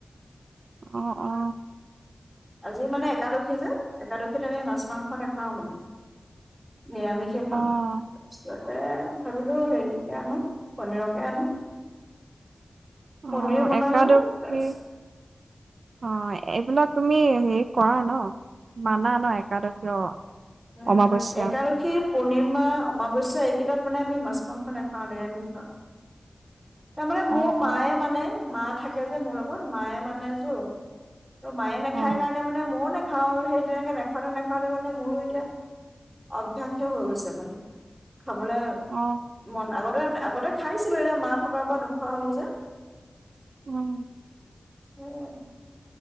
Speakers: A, on the right; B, on the right.
A: অ অ
B: আজি মানে একাদশী যে একাদশীত আমি মাছ মাংস নাখাওঁ মানে নিৰামিষ হে খাওঁ
A: অ',
B: তাৰপিছতে ভাবিলোঁ হেৰিকে আনোঁ পনীৰকে আনোঁ।
A: অ',
B: পনীৰ বনালোঁ
A: একাদশী
B: তাৰপিছত
A: অ এইবিলাক তুমি হেৰি কৰা ন। মানা ন একাদশী অ
B: উম
A: অমাৱস্যা
B: একাদশী পূৰ্ণিমা, অমাৱস্যা, এইকেইটাত মানে আমি মাছ মাংস নাখাওঁ নিৰামিষ খাওঁ। তাৰমানে মোৰ
A: অ',
B: মায়ে
A: অ',
B: মানে মা থাকে যে মোৰ লগত মায়ে মানে যো তো মায়ে নাখায়
A: অ',
B: কাৰণে মানে মইও নাখাওঁ আৰু সেই তেনেকে নাখাওঁতে নাখাওঁতে মানে মোৰো এতিয়া অভ্যাসে হৈ গৈছে মানে, খাবলে
A: অ।
B: মন আগতে আগতে খাইছিলো, এতিয়া মা থকাৰ পৰা নোখোৱা হ'লো যে।
A: উম।
B: উম।